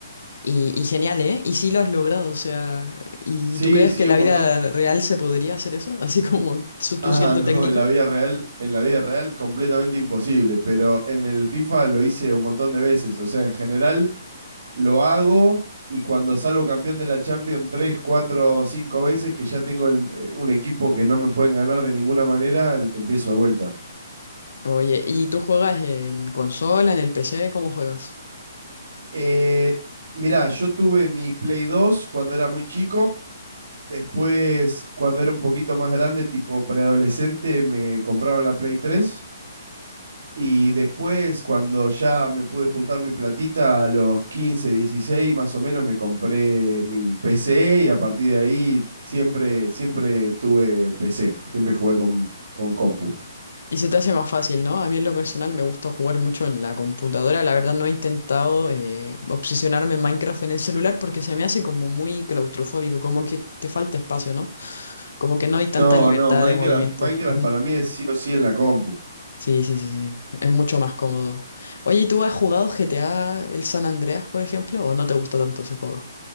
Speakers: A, on the left (about 75°); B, on the right (about 75°).
A: Y, y genial, ¿eh? Y sí lo has logrado, o sea, ¿y
B: Sí,
A: tú crees
B: sí,
A: que en
B: un
A: la
B: montón.
A: vida
B: <laughs>
A: real se podría hacer eso? <laughs> Así como su- tú
B: Ah,
A: siendo
B: no,
A: técnico.
B: en la vida real, en la vida real, completamente imposible, pero en el FIFA lo hice un montón de veces. O sea, en general lo hago y cuando salgo campeón de la Champions tres, cuatro, cinco veces, que ya tengo el- eh, un equipo que no me pueden ganar de ninguna manera, el- empiezo de vuelta.
A: Oye, ¿y tú juegas en consola, en el PC? ¿Cómo juegas?
B: Eh, mirá, yo tuve mi Play 2 cuando era muy chico. Después, cuando era un poquito más grande, tipo preadolescente, me compraron la Play 3. Y después, cuando ya me pude juntar mi platita, a los 15, 16 más o menos, me compré mi PC y a partir de ahí siempre, siempre tuve PC, siempre jugué con, con compu.
A: Y se te hace más fácil, ¿no? A mí en lo personal me gusta jugar mucho en la computadora. La verdad no he intentado eh, obsesionarme en Minecraft en el celular porque se me hace como muy claustrofóbico, como que te falta espacio, ¿no? Como que no hay tanta
B: No,
A: libertad
B: no, Minecraft,
A: de movimiento.
B: Minecraft
A: Ujú.
B: para mí es sí o sí en la compu.
A: Sí, sí, sí, sí. sí. Es mucho más cómodo. Oye, ¿y tú has jugado GTA, el San Andreas, por ejemplo, o no te gusta tanto ese juego?